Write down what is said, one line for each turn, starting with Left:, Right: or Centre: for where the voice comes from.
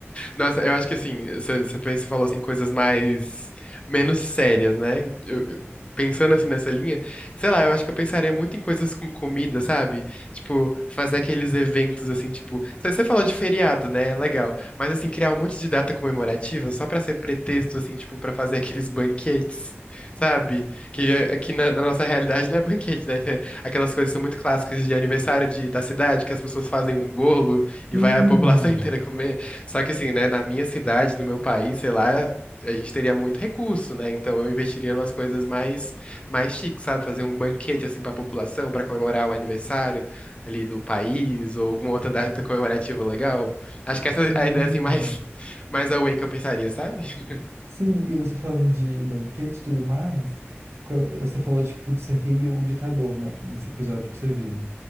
Left: Nossa, eu acho que assim, você você pensa, falou assim, coisas mais menos sérias, né? Eu- eu- pensando assim nessa linha, sei lá, eu acho que eu pensaria muito em coisas com comida, sabe? Tipo, fazer aqueles eventos assim, tipo, você você falou de feriado, né? É Legal. Mas assim, criar um monte de data comemorativa só pra ser pretexto assim, tipo, pra fazer aqueles banquetes. Sabe? Que é- aqui na, na nossa realidade não é banquete, né? É, Aquelas coisas que são muito clássicas de aniversário de, da cidade, que as pessoas fazem um bolo e
Right: Sim,
Left: vai a população <laughs> inteira comer. Só que assim, né, na minha cidade, no meu país, sei lá, a gente teria muito recurso, né? Então eu investiria nas coisas mais mais chiques, sabe? Fazer um banquete assim para a população para comemorar o aniversário ali do país ou alguma outra data comemorativa legal. Acho que essa
Right: sim,
Left: é a ideia assim mais <laughs> mais away que eu pensaria, sabe? <laughs>
Right: sim. E você falando de banquete e tudo mais, Quando você falou tipo de ser rei ou ditador, né? que- Nesse episódio que você viu.